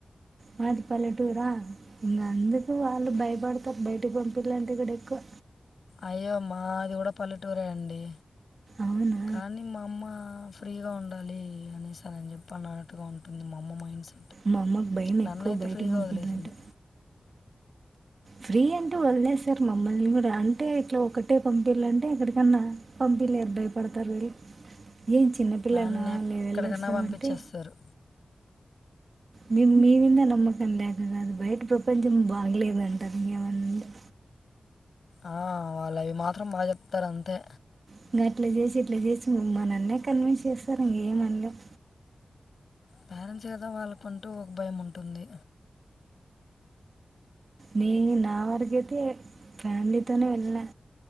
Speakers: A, on the right (about 55°); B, on the left (about 70°).
A: మాదిప ల్లెటూరా ఇంకా అందుకు వాళ్ళు భయపడతారు బయటకి పంపిలంటే కూడా ఎక్కువ
B: అయ్యో మాది కూడ పల్లెటూరే అండి
A: అవునా
B: కానీ మా అమ్మ ఫ్రీగా ఉండాలి అని సార్ నేను చెప్పాను అన్నట్టుగా ఉంటుంది మా అమ్మ మైండ్ సెట్
A: మా అమ్మకు భయైన
B: నన్నైతే
A: ఎక్కువ బయటకు
B: ఫ్రీగా
A: పంపియాలంటే
B: వదిలేసింది
A: ఫ్రీ అంటూ వళ్ళలే సార్ మమ్మల్ని కూడ అంటే ఇట్ల ఒక్కటే పంపిల్ల అంటే ఎక్కడికన్నా పంపిలేరు భయపడతారు వీళ్ళు ఏం చిన్న
B: నన్ను
A: వాళ్ళువ
B: ఎక్కడికన్నా
A: వెళ్ళిస్తామంటే
B: పంపించేస్తారు
A: ని మీవింద నమ్మకంలేక కాదు బయట ప్రపంచం బాగలేదంటది ఇంక ఏమన్న అంటే
B: ఆ వాళ్ళు అవి మాత్రం బాగా చెప్తరు అంతే
A: ఇంకా అట్ల చేసి ఇట్ల చేసి మనల్నే కన్విన్స్ చేస్తరు ఇంక ఏమనలేం
B: పేరెంట్స్ కద వాళ్ళకుంటూ ఒక భయం ఉంటుంది
A: నీ నా వారికైతే ఫ్యామిలీతోనే వెళ్ళా